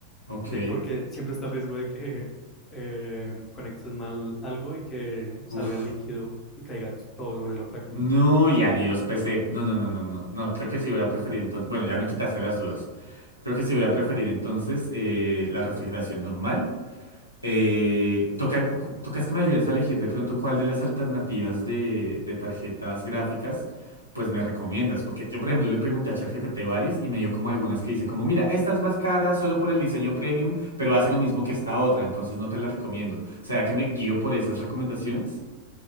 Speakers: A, on the right; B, on the left.
A: Ok.
B: De, porque siempre está el riesgo de que <laughs> eh, conectes mal algo y que salga
A: Uf.
B: el líquido y caiga t- todo sobre la placa.
A: No, y adiós PC. No, no, no, no, no. No, creo que sí voy a preferir entonces. Bueno, ya me quitaste las dudas. Creo que sí voy a preferir entonces eh, la refrigeración normal. Eh, toca, cu- tocas que me ayudes a elegir de pronto cuál de las alternativas de, de tarjetas gráficas, pues me recomiendas. Porque yo, por ejemplo, le pregunté a ChatGPT varias y me dio como algunas que dice como, mira, esta es más cara solo por el diseño premium, pero hace lo mismo que esta otra, entonces no te la recomiendo. ¿Será que me guío por esas recomendaciones?